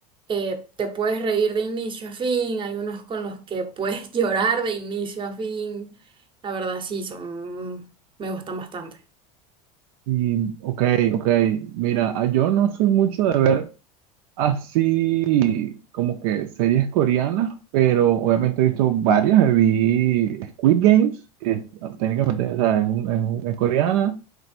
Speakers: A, on the right; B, on the right.
A: eh, te puedes reír de inicio a fin, hay unos con los que puedes <laughs> llorar de inicio a fin. La verdad, sí, son, me gustan bastante.
B: Y, ok, ok. Mira, ah, yo no soy mucho de ver así como que series coreanas, pero obviamente he visto varias. Eh, Vi Squid Games, que es, ah, técnicamente o sea, es, un- es un- es coreana.